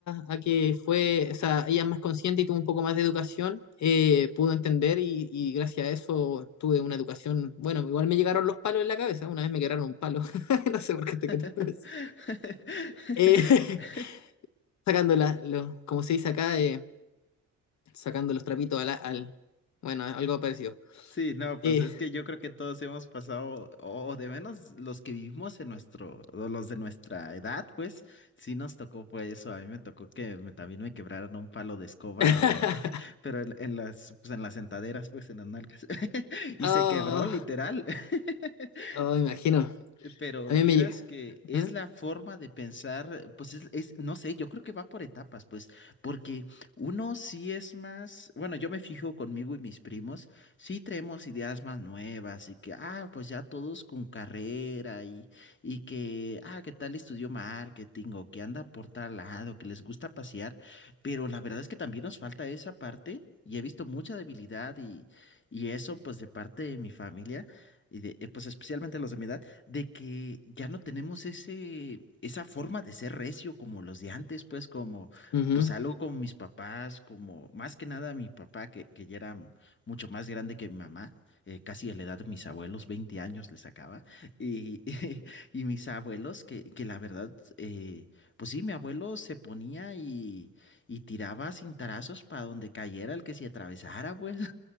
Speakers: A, on the left (about 65°); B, on the left (about 40°).
A: a que fue, o sea, ella es más consciente y tuvo un poco más de educación, eh, pudo entender y, y gracias a eso tuve una educación, bueno, igual me llegaron los palos en la cabeza, una vez me quebraron un palo, <laughs> no sé por qué te
B: <laughs>
A: cuento eso. Eh, <laughs> sacando la- lo- como se dice acá, eh, sacando los trapitos al, al, bueno, algo parecido.
B: Sí, no,
A: Eh,
B: pues es que yo creo que todos hemos pasado, o de menos los que vivimos en nuestro, o los de nuestra edad, pues sí nos tocó pues eso. A mí me tocó que me- también me quebraron un palo de escoba
A: <laughs>
B: en, <laughs> pero en, en las, pues en las sentaderas, pues en las nalgas. <laughs> Y
A: ah,
B: se quebró literal. <laughs>
A: Oh, imagino.
B: eh, Pero
A: A mí
B: vieras
A: me llega.
B: que es
A: ¿eh?
B: la forma de pensar, pues es, es- no sé, yo creo que va por etapas, pues, porque uno sí es más, bueno, yo me fijo conmigo y mis primos, sí traemos ideas más nuevas y que, ah, pues ya todos con carrera y, y que, ah, que tal estudió marketing o que anda por tal lado, que les gusta pasear, pero la verdad es que también nos falta esa parte y he visto mucha debilidad y, y eso, pues, de parte de mi familia. Y de, eh, pues especialmente los de mi edad, de que ya no tenemos ese, esa forma de ser recio como los de antes, pues como,
A: Ujú,
B: pues algo con mis papás, como más que nada mi papá, que, que ya era mucho más grande que mi mamá, eh, casi de la edad de mis abuelos, 20 años le sacaba, y, <laughs> y, mis abuelos, que, que la verdad, eh, pues sí, mi abuelo se ponía y, y tiraba cintarazos para donde cayera el que se atravesara, pues.